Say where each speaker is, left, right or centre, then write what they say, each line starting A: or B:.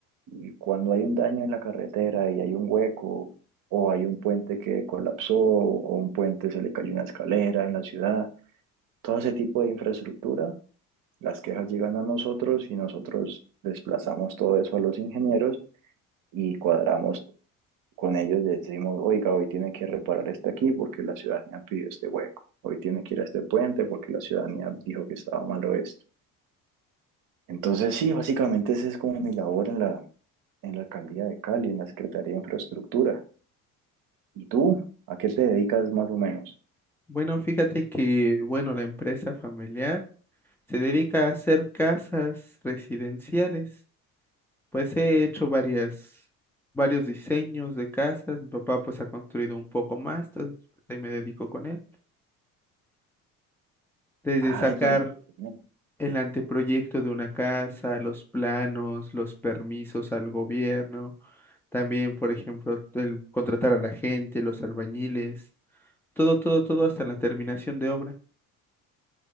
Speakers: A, on the right (about 50°); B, in the centre.
A: y cuando hay un daño en la carretera y hay un hueco o hay un puente que colapsó o un puente se le cayó una escalera en la ciudad, todo ese tipo de infraestructura, las quejas llegan a nosotros y nosotros desplazamos todo eso a los ingenieros y cuadramos con ellos decimos, oiga, hoy tiene que reparar este aquí porque la ciudadanía pidió este hueco, hoy tiene que ir a este puente porque la ciudadanía dijo que estaba malo esto. Entonces, sí, básicamente esa es como mi labor en la, en la alcaldía de Cali, en la Secretaría de Infraestructura. ¿Y tú?
B: Ok.
A: ¿A qué te dedicas más o menos?
B: Bueno, fíjate que, bueno, la empresa familiar se dedica a hacer casas residenciales. Pues he hecho varias, varios diseños de casas. Mi papá pues ha construido un poco más, entonces pues, ahí me dedico con él desde
A: Ay,
B: sacar
A: pero bueno,
B: el anteproyecto de una casa, los planos, los permisos al gobierno, también, por ejemplo, el contratar a la gente, los albañiles, todo, todo, todo hasta la terminación de obra.